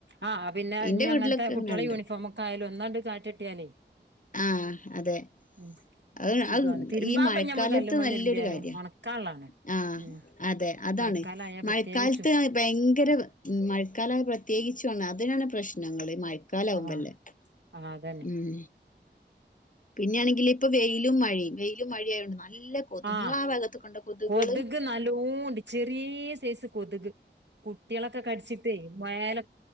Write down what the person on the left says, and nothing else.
ഇന്റെ
വീട്ടിലൊക്കെ
ഇങ്ങനെണ്ട്
ആഹ് അതെ
അഹ്
അഹ്
ഈ മഴക്കാലത്ത്
നല്ലൊരു
കാര്യാ
ആഹ്
അതെ അതാണ്
മഴക്കാലത്ത്
ഭയങ്കര മഴക്കാല പ്രത്യേകിച്ചുകാണം അതിനാണ് പ്രശ്നങ്ങള് മഴ ക്കാലാവുമ്പല്ലേ
ഉം പിന്നെയാണെങ്കില് ഇപ്പൊ വെയിലും മഴയും വെയിലും മഴയായോണ്ട് നല്ല കൊതുക്
ഇങ്ങളാ ഭാഗത്തൊക്കെ ഉണ്ടോ കൊതുകുകള്?